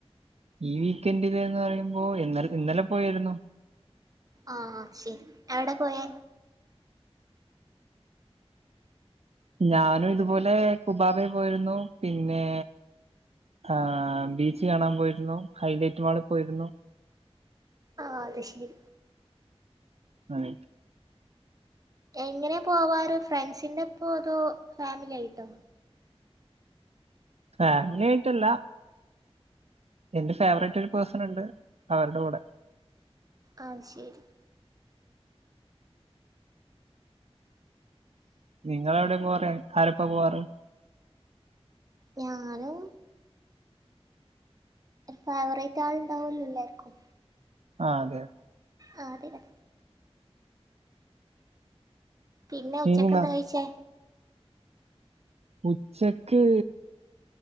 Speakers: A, on the right; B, on the right.
A: ഈ വീക്കെൻഡ് എന്ന് പറയുമ്പോ ഇന്നലെ പോയായിരുന്നു.
B: ആഹ ശരി എവിടെ പോയാ?
A: ഞാനും ഇതുപോലെ കുബാബേ പോയിരുന്നു പിന്നെ ആ ബീച്ച് കാണാൻ പോയിരുന്നു. ഹൈലൈറ്റ് മാള് പോയിരുന്നു.
B: ആ അത് ശരി
A: അതെ
B: എങ്ങനെ പോവാറ് ഫ്രണ്ട്സിന്റെ ഓപ്പോ അതോ ഫാമിലി ആയിട്ടോ?
A: ഫാമിലി ആയിട്ട് അല്ല. എന്റെ ഫേവററ്റ് ഒരു പേഴ്സൺ ഉണ്ട് അവരുടെ കൂടെ.
B: ആത് ശരി
A: നിങ്ങൾ എവിടെ പോവാറ് ആരോപ്പ പോവാറ്.
B: ഞാനും ഫേവറേറ്റാൾ ഇണ്ടാവല്ലോ എല്ലാര്ക്കും
A: ആ അതെ
B: ആ അതെ അതെ പിന്നെ ഉച്ചക്ക്
A: ഇനി
B: എന്താ
A: ന-
B: കഴിച്ചേ?
A: ഉച്ചക്ക്